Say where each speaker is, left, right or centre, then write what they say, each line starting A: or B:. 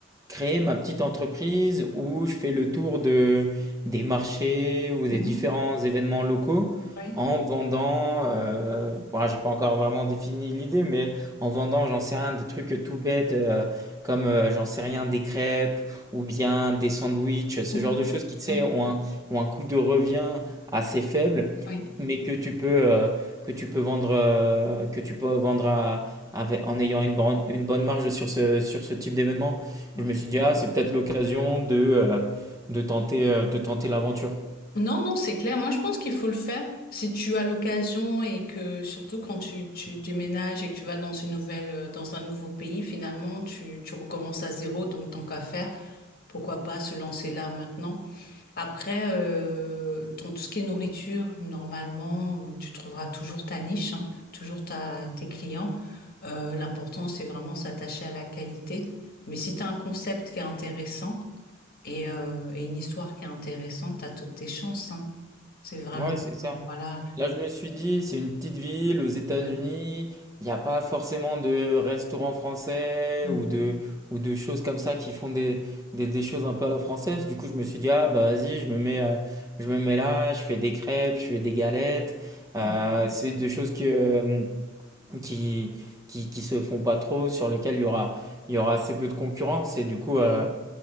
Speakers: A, on the right; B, on the left.
A: créer ma petite entreprise où je fais le tour de, des marchés ou des
B: mhm,
A: différents événements locaux
B: oui,
A: en vendant, euh, bon, j'ai pas encore vraiment défini l'idée, mais en vendant, j'en sais rien, des trucs tout bêtes, euh, comme, euh, j'en sais rien, des crêpes ou bien des sandwichs, ce
B: oui,
A: genre de choses qui, tu sais,
B: oui.
A: ont un ou un coût de revient assez faible,
B: Oui.
A: mais que tu peux, euh, que tu peux vendre, euh, que tu peux vendre à- avec- en ayant une, bonne- une bonne marge sur ce, sur ce type d'événement.
B: ouais.
A: Et je me suis dit, ah, c'est peut-être l'occasion de, euh, de tenter, euh, de tenter l'aventure.
B: Non, non, c'est clair. Moi, je pense qu'il faut le faire. Si tu as l'occasion et que surtout quand tu, tu déménages et que tu vas dans une nouvelle, euh, dans un nouveau pays, finalement, tu, tu recommences à zéro. Donc, tant qu'à faire, pourquoi pas se lancer là maintenant. Après, euh, dans tout ce qui est nourriture, normalement, tu trouveras toujours ta niche, hein, toujours ta, tes clients. Euh, l'important, c'est vraiment s'attacher à la qualité. Mais si tu as un concept qui est intéressant, Et, euh, et une histoire qui est intéressante, à toutes tes chances, hein. C'est vraiment,
A: Ouais, c'est ça.
B: voilà.
A: Là, je me suis dit, c'est une petite ville aux États-Unis,
B: ouais.
A: il n'y a pas forcément de restaurants français
B: Mhm.
A: ou de, ou de choses comme ça qui font des, des, des choses un peu à la française. Du coup, je me suis dit, ah bah vas-y, je me mets, euh, je me mets là, je fais des crêpes, je fais des galettes. Euh,
B: Mhm.
A: c'est des choses que, euh, qui, qui, qui se font pas trop, sur lesquelles il y aura, il y aura assez peu de concurrence. Et du coup,
B: Oui.
A: euh,